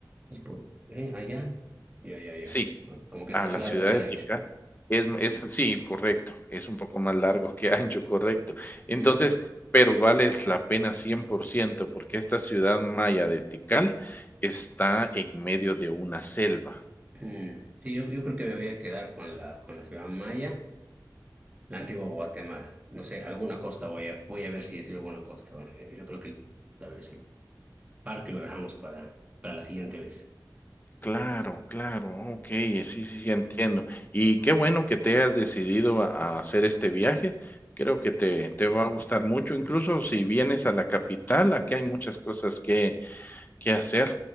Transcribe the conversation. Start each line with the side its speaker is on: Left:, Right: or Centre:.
Right: Y por eh, allá. Ya, ya, ya.
Left: Sí,
Right: Ah, Como que
Left: a
Right: es más
Left: la
Right: largo
Left: ciudad
Right: que
Left: de
Right: ancho.
Left: Tikal. Es, es, sí, correcto, es un poco más largo que <laughs> ancho, correcto. Entonces,
Right: Ujú,
Left: pero vale la pena 100% porque esta ciudad maya de Tikal está en medio de una selva.
Right: ujú. Sí, yo, yo creo que me voy a quedar con la, con la ciudad maya, la antigua Guatemala. No sé, alguna costa voy a, voy a ver si decir alguna costa. Bueno, eh, Yo creo que el- tal vez el parque lo dejamos para, para la siguiente vez.
Left: Claro, claro, okey, sí, sí, sí, entiendo. Y qué bueno que te hayas decidido a a hacer este viaje. Creo que te te va a gustar mucho, incluso si vienes a la capital, aquí hay muchas cosas que que hacer,